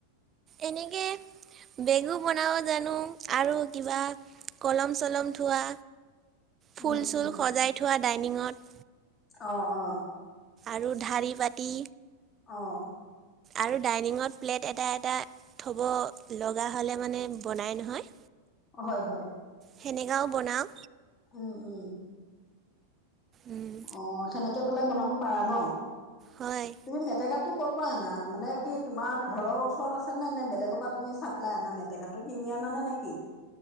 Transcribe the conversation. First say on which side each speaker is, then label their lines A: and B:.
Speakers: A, on the right; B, on the left.
A: এনেকে বেগো বনাব জানোঁ, আৰু কিবা কলম চলম থোৱা, ফুল
B: উম
A: চুল
B: উম
A: সজাই থোৱা ডাইনিঙত।
B: অ', অ'।
A: আৰু ঢাৰি পাতি।
B: অ'।
A: আৰু ডাইনিঙত প্লেট এটা, এটা। থ'ব লগা হ'লে মানে বনাই নহয়।
B: হয়, হয়।
A: সেনেকাও বনাওঁ।
B: উম, উম।
A: উম।
B: অ', সেনেকে পেলাই বনাব পাৰা ন?
A: হয়।
B: তুমি মেটেকাটোক ক'ৰ পৰা আনা? মানে কি তোমাৰ ঘৰৰ ওচৰত আছে নে বেলেগৰ পৰা তুমি চাপ্লাই আনা নে? মেটেকাটো কিনি আনা নে নেকি?